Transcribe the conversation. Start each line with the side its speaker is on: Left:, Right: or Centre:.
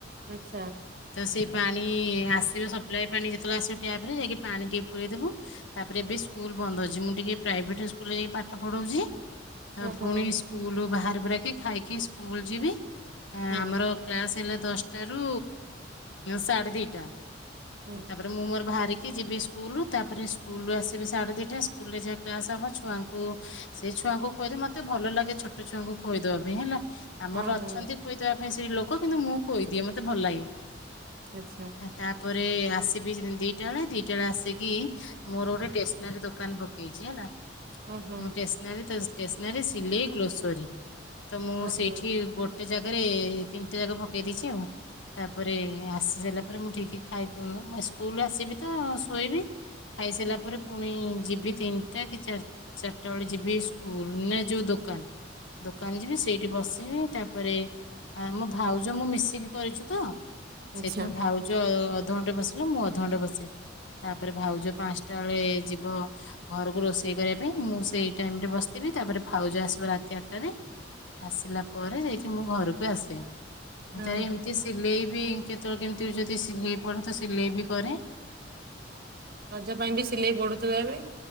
Right: ଆଚ୍ଛା
Left: ତ ସେ ପାଣି ଆସିବ ସପ୍ଲାଏ ପାଣି ଯେ ଯେତେବେଳେ ଅସିବ ଟ୍ୟାପରେ ଯାଇକି ପାଣି ଟିକେ ପୁରେଇ ଦେବୁ। ତାପରେ ଏବେ ସ୍କୁଲ ବନ୍ଦ ଅଛି ମୁଁ ଟିକେ ପ୍ରାଇଭେଟ ସ୍କୁଲରେ ଯାଇକି ପାଠ ପଢଉଛି। ତ
Right: ଓହୋ
Left: ପୁଣି ସ୍କୁଲ ବାହାରି ବୁରାକି ଖାଇକି ସ୍କୁଲ ଯିବି ଆ
Right: ହଁ
Left: ଆମର କ୍ଲାସ ହେଲା ଦଶଟାରୁ ସାଢ଼େ ଦିଟା।
Right: ହୁଁ
Left: ତାପରେ ମୁଁ ମୋର ବାହାରିକି ଯିବି ସ୍କୁଲରୁ ତାପରେ ସ୍କୁଲରୁୁ ଆସିବି ସାଢ଼େ ଦିଇଟା ସ୍କୁଲରେ ଯାହା କ୍ଲାସ୍ ହବ ଛୁଆଙ୍କୁ ସେଇ ଛୁଆଙ୍କୁ ଖୋଇଦେ ମତେ ଭଲ ଲାଗେ ଛୋଟ ଛୁଆଙ୍କୁ ଖୋଇଦବା ପାଇଁ ହେଲା। ଆମର
Right: ଓହୋ
Left: ଅଛନ୍ତି ଖୋଇଦବା ପାଇଁ ସେଇ ଲୋକ କିନ୍ତୁ ମୁଁ ଖୋଇଦିଏ ମତେ ଭଲ ଲାଗେ।
Right: ଆଚ୍ଛା।
Left: ତାପରେ ଆସି ଦିଟା ବେଳେ ଦିଟା ବେଳେ ଆସିକି ମୋର ଗୋଟେ ଷ୍ଟେସନାରୀ ଦୋକାନ ପକେଇଛି ହେଲା।
Right: ଓହୋ
Left: ମୁଁ ଟେସ୍ସନାରୀ ତ ଟେସନାରୀ ସିଲେଇ ଗ୍ଲୋସରୀ ତ ମୁଁ
Right: ଓହୋ
Left: ସେଇଠି ଗୋ ଗୋଟେ ଜାଗାରେ ତିନିଟା ଜାକ ପକେଇ ଦେଇଛି ଆଉ। ତାପରେ ଆସି ସାରିଲା ପରେ ମୁଁ ଟିକେ ଖାଇ ସ୍କୁଲ ଆସିବି ତ ଶୋଇବି। ଖାଇସାରିଲା ପରେ ପୁଣି ଯିବି ତିନିଟା କି ଚା ଚାରିଟା ବେଳେ ଯିବି ସ୍କୁଲ ନା ଯୋଉ ଦୋକାନ। ଦୋକାନ ଯିବି ସେଇଠି ବସିବି ତାପରେ ଆ ମୋ ଭାଉଜ ମୁଁ ମିଶିକି କରିଛୁ ତ।
Right: ଆଚ୍ଛା
Left: ସେଇଥିପାଇଁ ଭାଉଛ ଅଧଘଣ୍ଟେ ବସିଲେ ମୁଁ ଅଧଘଣ୍ଟେ ବସେ। ତାପରେ ଭାଉଜ ପାଞ୍ଚଟା ବେଳେ ଯିବ ଘରକୁ ରୋଷେଇ କରିବା ପାଇଁ ମୁଁ ସେଇ ଟାଇମରେ ବସିଥିବି ତାପରେ ଭାଉଜ ଆସିବା ରାତି ଆଠଟାରେ। ଆସିଲା ପରେ ଯାଇକି ମୁଁ ଘରକୁ ଆସେ। ତାର
Right: ଓହୋ
Left: ଏମିତି ସିଲେଇ ବି କେତେବେଳେ କେମିତି ଯଦି ସିଲେଇ ପଡେ ତ ସିଲେଇ ବି କରେ।
Right: ରଜ ପାଇଁ ବି ସିଲେଇ ବଢୁଥିବ ଏବେ?